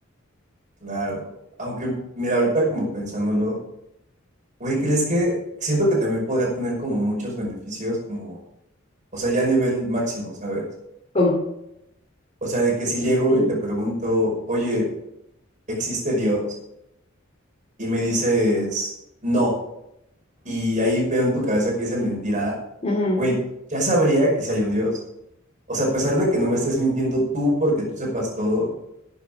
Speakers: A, on the right; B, on the left.
A: Claro. Aunque, mira, ahorita como pensándolo, güey, ¿crees que siento que también podría tener como muchos beneficios, como, o sea, ya a nivel máximo, ¿sabes?
B: Como,
A: O sea, de que si llego
B: <clears throat>
A: y te pregunto, oye, ¿existe Dios? Y me dices, no. Y ahí veo en tu cabeza que esa mentira,
B: "Ujú,
A: güey, ya sabría que si hay un Dios. O sea, a pesar de que no me estés mintiendo tú porque tú sepas todo,